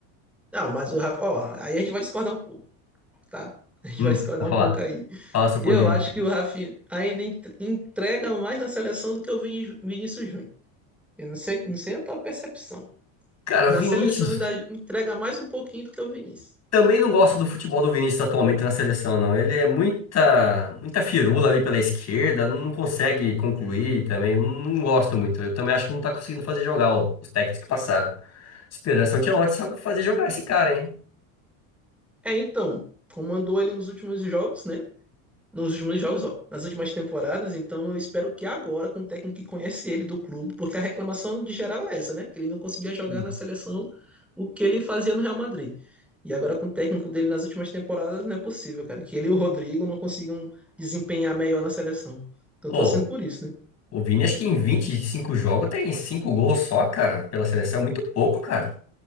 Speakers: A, in the centre; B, on the left.
A: Não, mas o Rafa. Ó, aí a gente vai discordar um pouco, tá? A gente
B: Hum,
A: vai discordar
B: vou falar,
A: um pouco aí.
B: fala seu
A: Eu
B: ponto de
A: acho
B: vista.
A: que o Rafinha ainda en- entrega mais na seleção do que o Vini- Vinícius Júnior. Eu não sei, não sei a tua percepção.
B: Cara,
A: Na
B: Vinícius
A: seleção ainda entrega mais um pouquinho do que o Vinícius.
B: Também não gosto do futebol do Vinícius atualmente na seleção, não. Ele é muita, muita firula ali pela esquerda, não consegue concluir também. Não gosto muito. Eu também acho que não tá conseguindo fazer jogar ó, os técnicos que passaram. Esperança Ancelotti sabe fazer jogar esse cara, hein?
A: É, então, comandou ele nos últimos jogos, né? nos últimos jogos, ó, nas últimas temporadas, então eu espero que agora, com o técnico que conhece ele do clube, porque a reclamação de geral é essa, né? Que ele não conseguia jogar
B: Hum.
A: na seleção o que ele fazia no Real Madrid. E agora com o técnico dele nas últimas temporadas, não é possível, cara, que ele e o Rodrigo não consigam desempenhar melhor na seleção. Então,
B: Ô,
A: eu tô torcendo por isso, né?
B: o Vini acho que em 25 jogos tem 5 gols só, cara, pela seleção. É Muito pouco, cara.